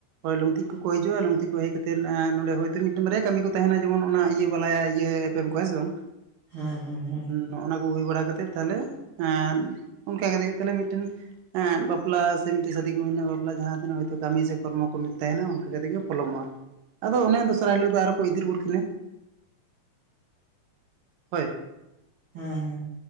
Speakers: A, on the right (about 80°); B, on the right (about 50°).
A: ᱦᱳᱭ ᱞᱩᱝᱠᱛᱤ ᱠᱚᱠᱚ ᱦᱤᱡᱩᱜᱼᱟ᱾ ᱞᱩᱠᱛᱤ ᱠᱚ ᱦᱮᱡ ᱠᱟᱛᱮᱫ ᱮᱸ ᱱᱚᱸᱰᱮ ᱦᱚᱳᱭᱛᱳ ᱢᱤᱫᱴᱮᱱ ᱵᱟᱨᱭᱟ ᱠᱟᱹᱢᱤ ᱠᱚ ᱛᱟᱦᱮᱱᱟ ᱡᱮᱢᱚᱱ ᱚᱱᱟ ᱤᱭᱟᱹ ᱵᱟᱞᱟᱭᱟ ᱤᱭᱟᱹ ᱮᱯᱮᱢ ᱠᱚᱣᱟ ᱦᱮᱸ ᱥᱮ ᱵᱟᱝ᱾
B: ᱦᱮᱸᱼᱦᱮᱸᱼᱦᱮᱸ᱾
A: ᱱᱚᱜᱼᱚᱱᱟ ᱠᱚ ᱦᱩᱭ ᱵᱟᱲᱟ ᱠᱟᱛᱮᱫ ᱛᱟᱦᱞᱮ ᱮᱸᱱ ᱚᱱᱠᱟ ᱠᱟᱛᱮ ᱜᱮ ᱛᱟᱦᱞᱮ ᱢᱤᱫᱴᱷᱮᱱ ᱮᱸᱫ ᱵᱟᱯᱞᱟ ᱥᱮ ᱢᱤᱫᱴᱮᱡ ᱥᱟᱫᱤ ᱠᱚ ᱢᱮᱱᱟᱜᱼᱟ ᱵᱟᱯᱞᱟ ᱡᱟᱦᱟᱸ ᱛᱤᱱᱟᱹᱜ ᱦᱚᱭᱛᱳ ᱠᱟᱹᱢᱤ ᱥᱮ ᱠᱚᱨᱢᱚ ᱠᱚ ᱛᱟᱦᱮᱱᱟ ᱚᱱᱠᱟ ᱠᱟᱛᱮᱜ ᱜᱮ ᱯᱚᱞᱚᱢᱚᱜᱼᱟ᱾ ᱟᱫᱚ ᱚᱱᱮ ᱫᱩᱥᱟᱨᱟ ᱦᱤᱞᱳᱜ ᱫᱚ ᱟᱨᱦᱚ ᱠᱚ ᱤᱫᱤ ᱨᱩᱣᱟᱹᱲ ᱠᱤᱱᱟᱹ, ᱦᱳᱭ᱾
B: ᱦᱮᱸ ᱦᱮᱸ᱾